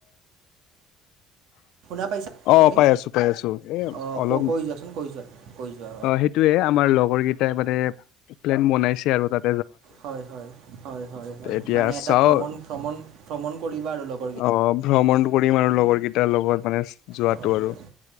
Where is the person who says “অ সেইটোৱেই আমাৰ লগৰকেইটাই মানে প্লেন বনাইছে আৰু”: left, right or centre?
Left